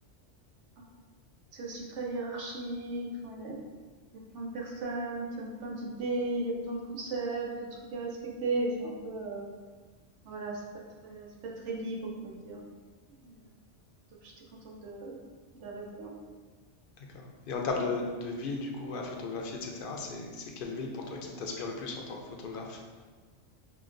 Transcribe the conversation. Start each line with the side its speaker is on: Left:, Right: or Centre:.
Right: euh, C'est aussi très hiérarchique. Enfin, il y a, il y a plein de personnes qui ont plein d'idées, il y a plein de concepts, de trucs à respecter. et C'est un peu, euh, voilà, c'est pas très, c'est pas très libre, on va dire. Et, euh, donc j'étais contente de d'arrêter un peu.
Left: D'accord. Et en termes de,
Right: Euh,
Left: de ville, du coup, à photographier, etc., c'est, c'est quelle ville pour toi qui t'inspire le plus en tant que photographe?